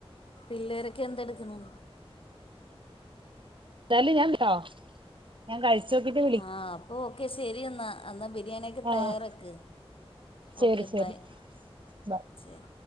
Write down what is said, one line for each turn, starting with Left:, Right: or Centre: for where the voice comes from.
Left: പിള്ളേരൊക്കെ എന്തെടുക്ക്ണു.
Right: ന്താലു ഞാണ്ട്ട്ടോ. ഞാൻ കഴിച്ചോക്കിട്ട്.
Left: ആഹ് അപ്പൊ ഓക്കെ ശരി എന്നാ അന്നാ ബിരിയാണിയൊക്കെ
Right: ആഹ്
Left: തയ്യാറാക്ക്.
Right: ശരി
Left: ഓക്കെ
Right: ശരി
Left: ബൈ
Right: ബ
Left: ശരി.